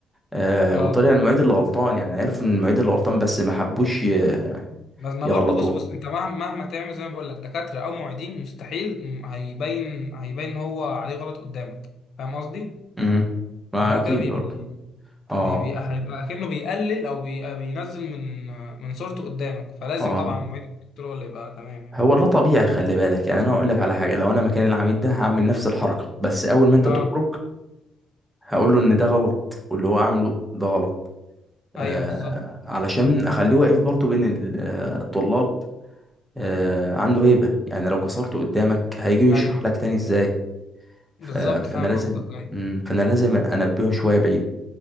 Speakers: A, in the centre; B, on the left (about 65°).
A: آه
B: اه
A: وطلع المعيد اللي غلطان يعني عرفوا ان المعيد اللي غلطان بس ما حبوش ي-
B: بس ما
A: يغلطوه
B: برضه بص بص انت مهما مهما تعمل زي ما بقول لك دكاترة او معيدين مستحيل م- هيبين هيبين هو عليه غلط قدامك فاهم قصدي؟
A: امم ما
B: ان هو
A: اكيد
B: كده بي...
A: برضه
B: بي
A: اه
B: بي هيبقى اكنه بيقلل او بي بينزل من من صورته قدامك فلازم
A: اه
B: طبعا الموبايل الكتري هو اللي يبقى تمام يعني
A: هو ده طبيعي خلي بالك يعني انا هقول لك على حاجه لو انا مكان العميد ده هعمل نفس الحركه بس اول ما انت
B: اه
A: تخرج هقول له ان ده غلط واللي هو عامله ده غلط آه،
B: ايوه بالظبط
A: علشان اخليه واقف برضو بين ال- آه، الطلاب آه، عنده هيبة يعني لو كسرته قدامك هيجي يشرح
B: ايوه
A: لك تاني ازاي
B: بالظبط
A: ف- فانا
B: فاهم
A: لازم
B: قصدك ايوه
A: مم، فانا لازم انبهه شوية بعيد